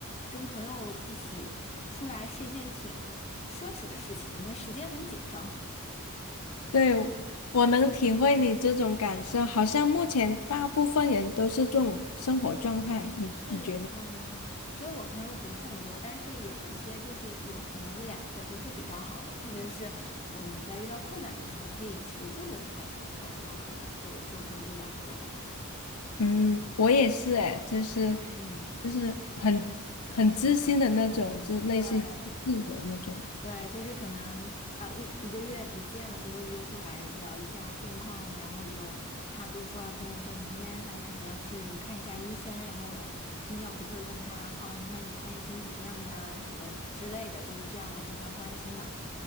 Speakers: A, on the left; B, on the left.
A: 跟朋友一起出来是一件挺奢侈的事情，因为时间很紧张。<laughs>
B: 对，我能体会你这种感受，好像目前大部分人都是这种生活状态，你你觉得？
A: 是，嗯，所以我朋友不是很多，但是有一些就是有可能一两个就是比较好的，特别是我们在遇到困难的时候可以求助的这种朋友，我可能就就这么一两个吧。
B: 嗯，我也是哎，就是
A: 嗯。
B: 就是很很知心的那种，就类似于自由的那种。
A: 对，对，就是可能呃一一个月不见了，就会约出来聊一下近况。然后有他，比如说要跟我说明天他可能要去看一下医生，然后我今天我就会问他，哦，那你看医生怎么样呀？什么之类的，就是这样的互相关心吧。